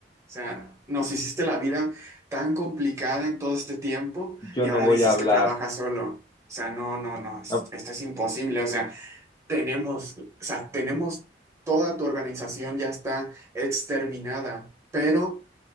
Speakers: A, on the right; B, on the left.
A: sea, nos hiciste la vida tan complicada en todo este tiempo
B: Yo
A: y
B: no
A: ahora
B: voy
A: dices
B: a hablar,
A: que trabajas solo. O sea, no, no, no, es-
B: no,
A: esto es imposible. O sea, tenemos, o sea, tenemos toda tu organización ya está exterminada, pero